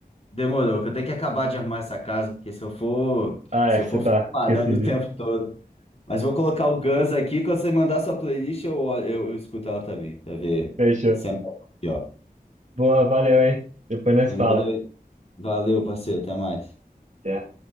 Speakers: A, on the left; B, on the right.
A: Demorou, que eu tenho que acabar de arrumar essa casa, porque se eu for,
B: Ah,
A: se
B: é,
A: eu
B: você
A: for
B: tá,
A: ficar parando
B: esqueci
A: o
B: disso.
A: tempo todo. Mas vou colocar o Guns aqui, quando você mandar sua playlist, eu, olho- eu, eu escuto ela também, pra ver
B: Fechou.
A: se é melhor. ou pior.
B: Boa, valeu, hein? Depois nós
A: Demorou?
B: fala.
A: Valeu, parceiro, até mais.
B: Até.